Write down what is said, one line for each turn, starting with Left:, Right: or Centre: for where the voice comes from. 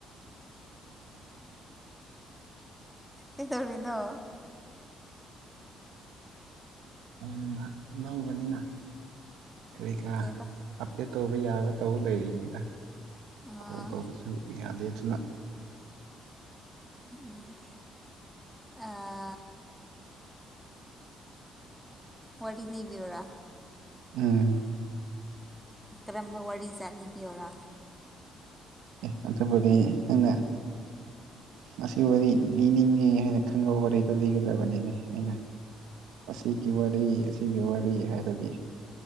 Centre: ꯀꯩꯗꯧꯔꯤꯅꯣ꯫
Right: ꯎꯟꯅ ꯂꯧꯒꯅꯤꯅ ꯀꯔꯤ ꯀꯔꯥ
Centre: ꯀꯩꯕ
Right: ꯑꯞꯗꯦꯠ ꯇꯧꯕ ꯌꯥꯕ ꯇꯧꯕ ꯂꯩꯔꯤꯅꯤꯗ
Centre: ꯑꯥ
Right: ꯀꯣꯜ ꯇꯧꯕꯁꯨ ꯌꯥꯗꯦ ꯑꯗꯨꯅ
Centre: ꯎꯝ ꯑ꯫ ꯋꯥꯔꯤ ꯂꯤꯕꯤꯌꯨꯔꯥ
Right: ꯎꯝ
Centre: ꯀꯔꯝꯕ ꯋꯥꯔꯤꯖꯥꯠ ꯂꯤꯕꯤꯌꯔꯣ
Right: ꯑꯦ ꯑꯇꯣꯕꯨꯗꯤ ꯅꯪꯅ꯫ ꯑꯁꯤ ꯋꯥꯔꯤ ꯂꯤꯅꯤꯡꯉꯦ ꯍꯥꯏꯅ ꯈꯟꯕ ꯋꯥꯔꯤꯗꯣ ꯂꯤꯒꯗꯕꯅꯤꯅꯦ ꯑꯩꯅ ꯑꯁꯤꯒꯤ ꯋꯥꯔꯤ ꯑꯁꯤꯒꯤ ꯋꯥꯔꯤ ꯍꯥꯏꯔꯗꯤ